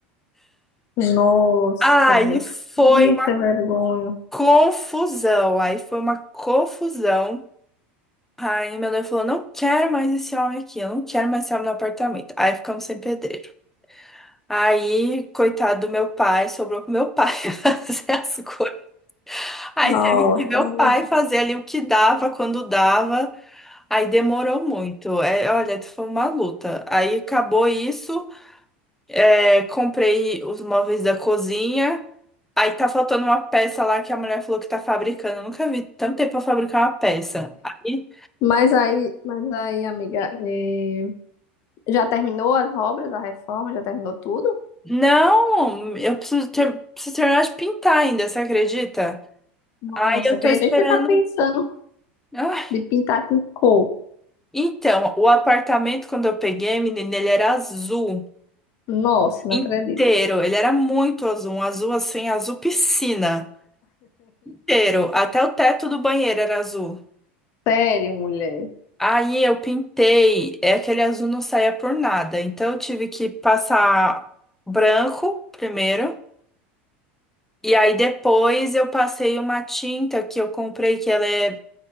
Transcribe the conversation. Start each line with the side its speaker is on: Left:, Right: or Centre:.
Left: Nossa,
Centre: Aí
Left: mulher.
Centre: foi
Left: Eita,
Centre: uma
Left: vergonha.
Centre: confusão, aí foi uma confusão. Aí meu noivo falou, não quero mais esse homem aqui, eu não quero mais esse homem no apartamento. Aí ficamos sem pedreiro. Aí, coitado do meu pai, sobrou pro meu pai <laughs> fazer as coisas. Aí
Left: Nossa,
Centre: teve que meu
Left: mulher.
Centre: pai fazer ali o que dava, quando dava. Aí demorou muito. É, olha, foi uma luta. Aí acabou isso. é, comprei os móveis da cozinha. Aí tá faltando uma peça lá que a mulher falou que tá fabricando. Eu nunca vi tanto tempo pra fabricar uma peça. Aí.
Left: Mas aí, mas aí, amiga, eh, já terminou as obras, a reforma, já terminou tudo?
Centre: Não, eu preciso, ter, preciso terminar de pintar ainda, você acredita?
Left: Nossa,
Centre: Aí eu
Left: acredito
Centre: tô esperando.
Left: que você tá pensando
Centre: Ah,
Left: de pintar com cor.
Centre: então, o apartamento, quando eu peguei, menina, ele era azul
Left: Nossa, não
Centre: inteiro.
Left: acredito.
Centre: Ele era muito azul, um azul assim, azul piscina inteiro. Até o teto do banheiro era azul.
Left: Sério, mulher.
Centre: Aí eu pintei, é aquele azul não saía por nada. Então eu tive que passar branco primeiro. E aí depois eu passei uma tinta que eu comprei, que ela é,